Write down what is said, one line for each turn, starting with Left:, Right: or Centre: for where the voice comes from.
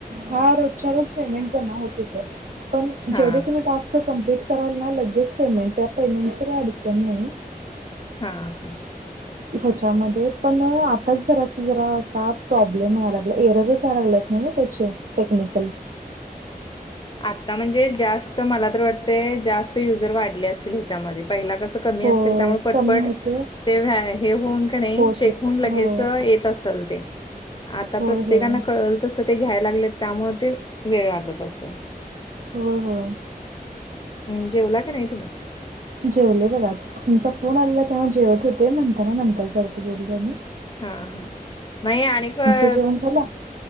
Right: हा रोजच्या रोज पेमेंट जमा होत हुतं. पण
Left: हा
Right: जेवढे तुम्ही टास्क कंप्लीट तराल ना लगेच पेमेंट आहे पेमेंटचा काय अडचण नाही.
Left: हा हा.
Right: ह्याच्यामध्ये पण आताच जरासं जरा का प्रॉब्लेम यायला लागलंय. एररच यायला लागल्यात. नाही त्याचे टेक्निकल
Left: आता म्हणजे जास्त मला तर वाटतय जास्त युजर वाढले असतील ह्याच्यामध्ये पहिला कसं कमी
Right: होय,
Left: असतील त्यामुळे पटपट
Right: कमी होते.
Left: ते व हाय हे होऊन क नाही
Right: होत
Left: चेक
Right: होतं.
Left: होऊन लगेच
Right: होय.
Left: येत असल ते. आता
Right: होय,
Left: प्रत्येकाना
Right: होय.
Left: कळल तसं ते घ्यायला लागले त्यामुळे ते वेळ लागत असं.
Right: हो हो.
Left: म जेवला क नाय तुम्ही?
Right: जेवले गं बाद तुमचा फोन आलेला तेव्हा जेवत होते म्हणताना नंतर करतो बोल्या मी.
Left: हा हा नाही आणि फक
Right: जेवण झालं?